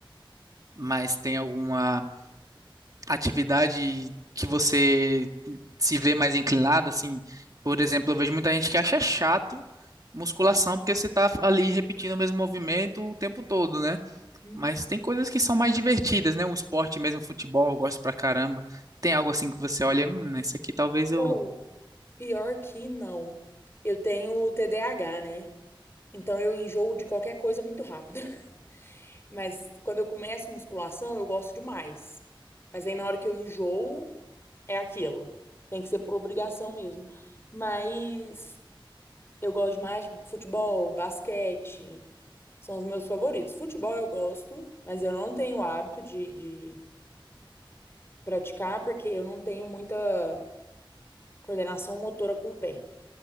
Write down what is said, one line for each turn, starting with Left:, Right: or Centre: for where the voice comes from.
Right: Mas tem alguma atividade que você se vê mais inclinado, assim? Por exemplo, eu vejo muita gente que acha chato musculação porque você tá ali repetindo o mesmo movimento o tempo todo, né?
Left: Hum.
Right: Mas tem coisas que são mais divertidas, né? O esporte mesmo, futebol, eu gosto pra caramba. Tem algo assim que você olha, hum, isso aqui talvez eu.
Left: Ou, pior que não. Eu tenho TDAH, né? Então eu enjoo de qualquer coisa muito rápido. <laughs> Mas quando eu começo musculação, eu gosto demais. Mas aí na hora que eu enjoo, é aquilo. Tem que ser por obrigação mesmo. Mas Eu gosto mais de futebol, basquete, são os meus favoritos. Futebol eu gosto, mas eu não tenho o hábito de, de praticar porque eu não tenho muita coordenação motora com o pé.